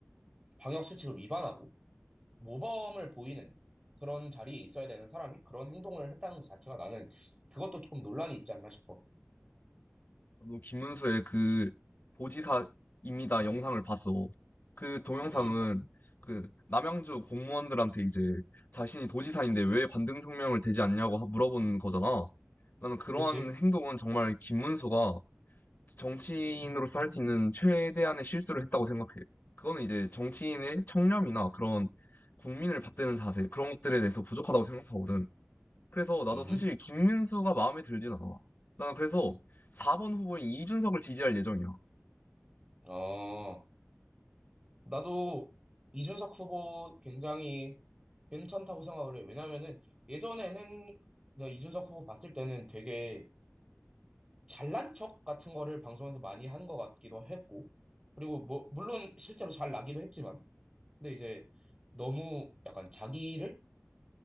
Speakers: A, on the right; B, on the left.
A: 방역수칙을 위반하고, 모범을 보이는 그런 자리에 있어야 되는 사람이 그런 행동을 했다는 것 자체가 나는 그것도 조금 논란이 있지 않나 싶어.
B: 나도 김문수의 그 도지사입니다 영상을 봤어. 그 동영상은
A: 음,
B: 그 남양주 공무원들한테 이제 자신이 도지사인데 왜 관등성명을 대지 않냐고 하- 물어본 거잖아. 나는 그러한
A: 그치?
B: 행동은 정말 김문수가 정치인으로서 할 수 있는 최대한의 실수를 했다고 생각해요. 그거는 이제 정치인의 청렴이나 그런 국민을 받드는 자세, 그런 것들에 대해서 부족하다고 생각하거든. 그래서 나도
A: 음,
B: 사실 김문수가 마음에 들진 않아. 난 그래서 4번 후보인 이준석을 지지할 예정이야.
A: 어, 나도 이준석 후보 굉장히 괜찮다고 생각을 해. 왜냐면은 예전에는 내가 이준석 후보 봤을 때는 되게 잘난 척 같은 거를 방송에서 많이 하는 것 같기도 했고, 그리고 뭐, 물론 실제로 잘 나기도 했지만, 근데 이제 너무 약간 자기를